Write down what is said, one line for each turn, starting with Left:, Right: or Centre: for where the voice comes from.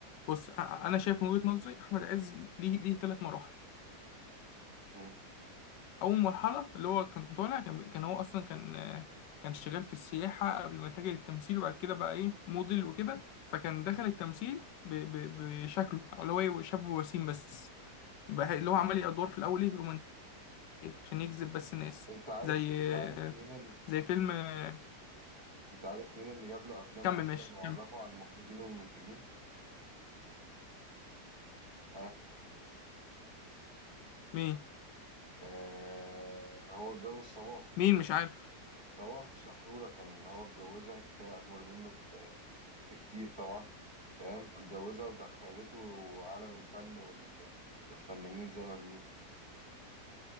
Left: بص أ- انا شايف من وجهة نظري احمد عز ليه ليه ثلاث مراحل
Right: مم.
Left: اول مرحله اللي هو كان طالع كان كان هو اصلا كان آه، كان شغال في السياحه قبل ما يتجه للتمثيل وبعد كده بقى ايه موديل وكده فكان دخل التمثيل ب- ب- بشكله اللي هو يبقى شاب وسيم بس بح- اللي هو عمل ادوار في الاول ايه رومانسيه عشان يجذب بس الناس
Right: انت عارف
Left: زي
Right: انت عارف
Left: آه،
Right: مين
Left: زي فيلم آه،
Right: انت عارف مين اللي جاب له افلام
Left: كمل
Right: اصلا
Left: ماشي
Right: وعرفه
Left: كمل
Right: على المخرجين والمنتجين ها
Left: مين
Right: آه هو اتجوز صباح
Left: مين مش عارف
Right: صباح الشحرورة كان هو اتجوزها كانت هي اكبر منه ب- بكتير طبعا فاهم اتجوزها ودخلته عالم الفن وال... والفنانين زي ما بيقولوا